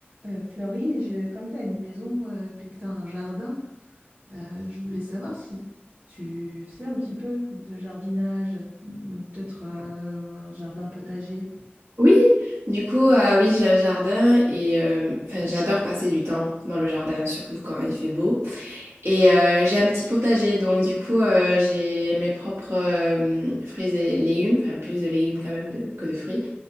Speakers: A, on the right; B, on the right.
A: Euh, Florie, je- comme tu as une maison euh, puis que tu as un jardin, euh, je voulais savoir si tu faisais un petit peu de jardinage ou peut-être euh, un jardin potager.
B: Oui, du coup, euh, oui, j'ai un jardin et euh, enfin, j'adore passer du temps dans le jardin, surtout quand il fait beau. Et euh, j'ai un petit potager, donc du coup, euh, j'ai mes propres euh, fruits et légumes, enfin plus de légumes quand même de- que de fruits.